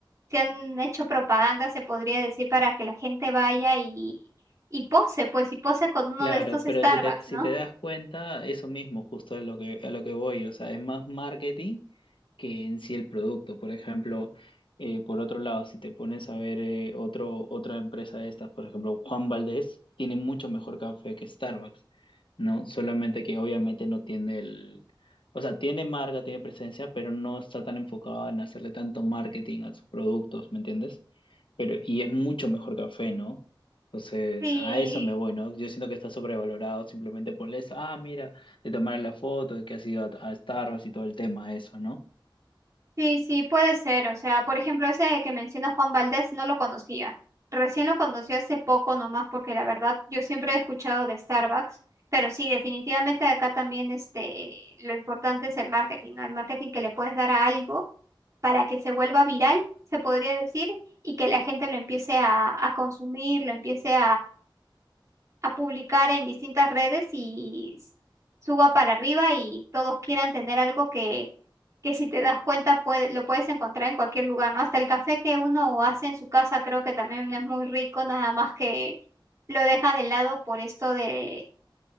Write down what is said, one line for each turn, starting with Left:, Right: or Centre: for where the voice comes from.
Right: se han hecho propaganda, se podría decir, para que la gente vaya y, y pose, pues, y pose con uno
Left: Claro,
Right: de estos Starbucks,
Left: pero si te, si
Right: ¿no?
Left: te das cuenta, eso mismo justo es lo que, a lo que voy, o sea, es más marketing que en sí el producto. Por ejemplo, eh, por otro lado, si te pones a ver eh, otro, otra empresa de estas, por ejemplo, Juan Valdez tiene mucho mejor café que Starbucks, ¿no? Solamente que obviamente no tiene el, o sea, tiene marca, tiene presencia, pero no está tan enfocado en hacerle tanto marketing a sus productos, ¿me entiendes? Pero, y es mucho mejor café, ¿no? Entonces,
Right: Sí,
Left: a eso me voy, ¿no? Yo siento que está sobrevalorado simplemente por eso. Ah, mira, de tomar la foto, de que has ido a, a Starbucks y todo el tema, eso, ¿no?
Right: Sí, sí, puede ser. O sea, por ejemplo, ese que menciona Juan Valdés no lo conocía. Recién lo conocí hace poco nomás porque la verdad yo siempre he escuchado de Starbucks, pero sí, definitivamente acá también este, lo importante es el marketing, ¿no? El marketing que le puedes dar a algo para que se vuelva viral, se podría decir, y que la gente lo empiece a, a consumir, lo empiece a publicar en distintas redes y suba para arriba y todos quieran tener algo que, que si te das cuenta puede, lo puedes encontrar en cualquier lugar, ¿no? Hasta el café que uno hace en su casa creo que también es muy rico, nada más que lo deja de lado por esto de